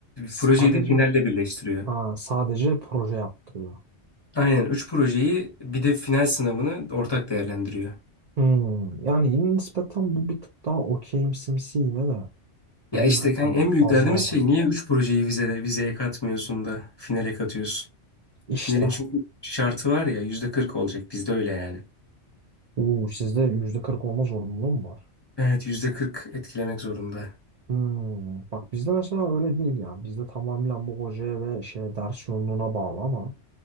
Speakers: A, on the right; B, on the left.
A: sadece
B: Projeyi de finalle birleştiriyor.
A: ha, sadece proje yaptırıyor.
B: Aynen 3 projeyi bir de final sınavını ortak değerlendiriyor.
A: Hmm, yani yine nispeten bu bir tık daha okeyimsimsi yine de.
B: Ya
A: Hani
B: işte
A: yani
B: kan en büyük
A: fazla
B: derdimiz
A: ya.
B: şey niye 3 projeyi vize, vizeye katmıyorsun da finale katıyorsun?
A: İşte.
B: Finalin çünkü şartı var ya %40 olacak bizde öyle yani.
A: Uuu sizde %40 olma zorunluluğu mu var?
B: Evet %40 etkilemek zorunda.
A: Hmm, bak bizde mesela öyle değil yani. Bizde tamamen bu hocaya ve şeye ders yoğunluğuna bağlı ama